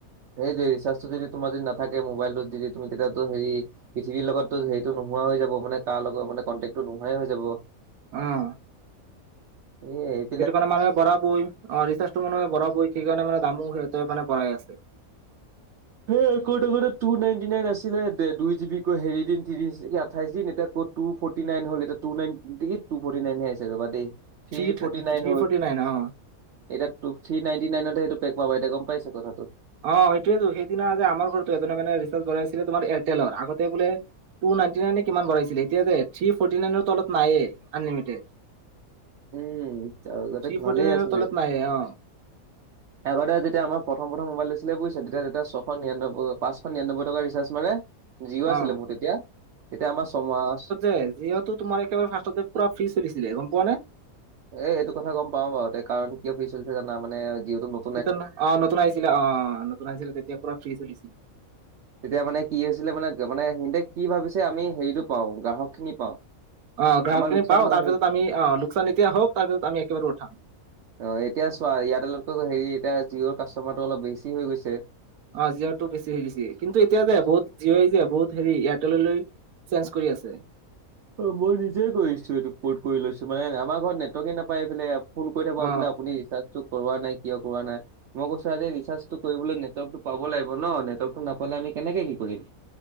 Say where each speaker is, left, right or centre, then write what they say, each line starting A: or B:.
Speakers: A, on the right; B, on the right.
A: সেইটো ৰিচাৰ্জটো যদি তোমাৰ যদি নাথাকে মোবাইলটোত যদি তুমি তেতিয়াতো হেৰি পৃথিৱীৰ লগতো হেৰিটো নোহোৱা হৈ যাব মানে কাৰ লগত মানে কণ্টেক্টো নোহোৱাই হৈ যাব।
B: উম।
A: এইয়াই
B: সেইটো কাৰণে মানুহে ভৰাবই ৰিচাৰ্জটো মানুহে ভৰাবই সেইকাৰণে মানে দামো সিহঁতে মানে বঢ়াই আছে।
A: হ ক'ত আগতে টু নাইনটি নাইন আছিলে দুই জি বি কৈ হেৰি দিন ত্ৰিশ আঠাইছ দিন এতিয়া ক'ত টু ফৰ্টি নাইন হ'ল এটা টু নাইন দে টু ফৰ্টি নাইনে আ ৰবা দেই।
B: থ্ৰী থ্ৰী
A: ফৰ্টি নাইন হ'ল
B: ফৰ্টি নাইন অ।
A: এতিয়া টু থ্ৰী নাইনটি নাইনত সেইটোক পাবা এতিয়া গম পাইছে কথাটো।
B: অ সেইটয়েতো সেইদিনা আমাৰ ঘৰতো এ মানে ৰিচাৰ্ কৰা আছিলে তোমাৰ এয়াৰটেলৰ আগতে বোলে টু নাইনটি নাই কিমান বঢ়াইছিলে এতিয়া থ্ৰী ফৰ্টি নাইন তলত নায়ে আনলিমিটেড।
A: উম আগতে
B: থি ফৰ্টি
A: ভালেই
B: নাইন
A: আছিলে।
B: তলত নাই অ?
A: আগতে যেতিয়া আমাৰ প্ৰথম প্ৰথম মোবাইল লৈছিলে বুজিছে তেতিয়া তেতিয়া ছয়শ নিৰানব্বৈ পাঁচশ নিৰানব্বৈ টকা ৰিচাৰ্জ মাৰে যিও আছিলে
B: অ
A: মোৰ তেতিয়া, তেতিয়া আমাৰ ছমাহ
B: এ যিহত তোমাৰ একেবাৰে ফাৰ্ষ্টত পুৰা ফ্ৰী চলিছিলে গম পোৱা নে
A: এ এইটো কথা গম পাও বাওঁ কাৰণ কিয় ফ্ৰি চলিছে জানা মানে যিঅটো
B: তেতন অ নতুন আহিছিলে অ নতুন আহিছিলে তেতিয়া পুৰা ফ্ৰি চলিছিল।
A: তেতিয়া মানে কি হৈছিলে মানে মানে সিতে কি ভাবিছে আমি হেৰিটো পাওঁ গ্ৰাহক খিনি পাওঁ।
B: অ গ্ৰাহকখিনি
A: আমাৰ লোকচান
B: পাওঁ
A: হয়
B: তাৰপিছ আমি অ লোকচান এতিয়া হওঁক তাৰপিছত আমি একেবাৰে উঠাম।
A: অ এতিয়া চোৱা এযাৰটেলতকৈ হেৰি এতিয়া জিঅ'ৰ কাষ্টমাৰটো অলপ বেছি হৈ গৈছে।
B: অ জিঅ' টো বেছি হৈ গৈছি কিন্তু এতিয়া যে বহুত জিঅ'ই যে বহুত হেৰি এয়াৰটেললৈ চেঞ্জ কৰি আছে।
A: অ মই নিজেই কৰিছো এইটো কৰ্ট কৰি লৈছো মানে আমাৰ ঘৰত নেটৱৰ্কে নাপায় এইফালে ফোন কৰি থাকো
B: অ
A: বোলে আপুনি ৰিচাৰ্জটো কৰোৱা নাই কিয় কৰা নাই। মই কৈছো আৰে ৰিচাৰ্জ টো কৰিবলৈ নেটৱৰ্কতটো পাব লাগিব নেটৱৰ্কটো নাপালে আমি কেনেকে সেই কৰিম।